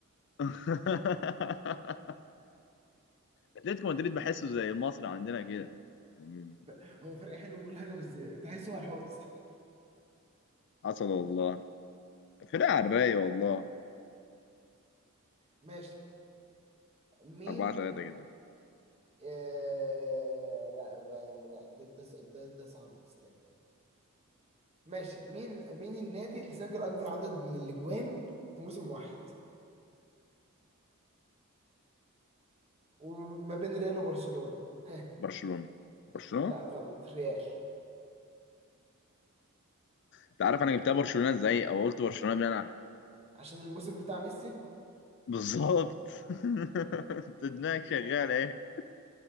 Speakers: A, on the left (about 55°); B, on the right (about 30°).
A: <laughs> اتلتيكو مدريد بحسه زي المصري عندنا كده يعني
B: <laughs> هو فريق حلو وكل حاجه بس تحسه هو الحوس
A: حصل والله فرقة على الرايق والله
B: ماشي مين
A: 4 3 كده
B: آه... لا ب- لا ده ده ده ده صعب تستنى ماشي مين مين النادي اللي سجل اكبر عدد من الاجوان في موسم واحد وما بين ريال وبرشلونة <laughs>
A: برشلونة برشلونة
B: لا غلط الريال
A: انت عارف انا جبتها برشلونة ازاي او قلت برشلونة بناء على ايه
B: عشان الموسم بتاع ميسي
A: بالظبط <laughs> انت دماغك شغالة ايه